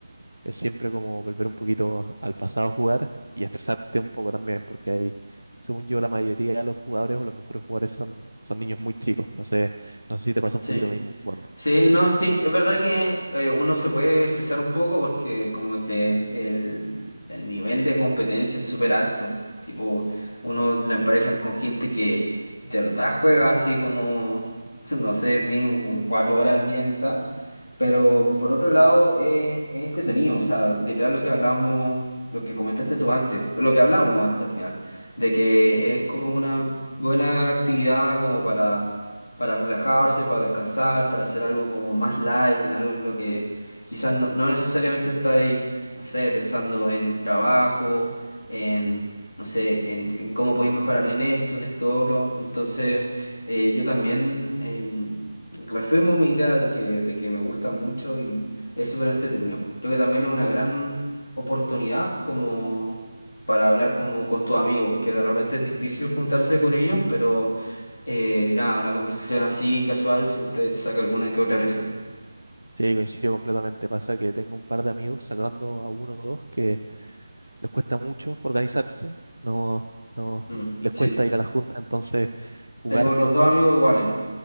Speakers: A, on the right (about 85°); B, on the left (about 55°).
A: es siempre como volver un poquito al pasado a jugar y estresarte un poco también, porque hay, según yo, la mayoría de los jugadores o los mejores jugadores son, son niños muy chicos. No sé, no sé si te pasa un
B: Sí.
A: poquito lo mismo jugando.
B: Sí,
A: Sí,
B: no, sí, es verdad que eh, uno se puede estresar un poco porque como que el, el nivel de competencia es súper alto, tipo, uno la emparejan con gente que de verdad juega así como, <laughs> no sé, mínimo como cuatro horas al día quizás. Pero por otro lado, eh, es entretenido, o sea, literal lo que hablamos, lo que comentaste tú antes, lo que hablamos antes al final, de que es como una buena actividad como para, para relajarse, para descansar, para hacer algo como más light, en algo en lo que quizás no, no necesariamente está ahí, no sé, pensando en el trabajo, en, no sé, en, en cómo podéis mejorar en esto, en esto, otro. Entonces, eh, yo también. em, reafirmo mi idea de que, de que me gusta mucho y es súper entretenido. Creo que también es una gran oportunidad como para hablar como con tus amigos, que de repente es difícil juntarse con ellos, pero eh, nada, una conversación así, casual, siempre te saca alguna que otra risa.
A: sí, coincido completamente. Pasa que tengo un par de amigos, sacando a uno o dos, que les cuesta mucho organizarse, no, no,
B: Mm,
A: les
B: sí,
A: cuesta ir a la junta, entonces jugar
B: tengo los
A: Fortnite.
B: dos amigos iguales,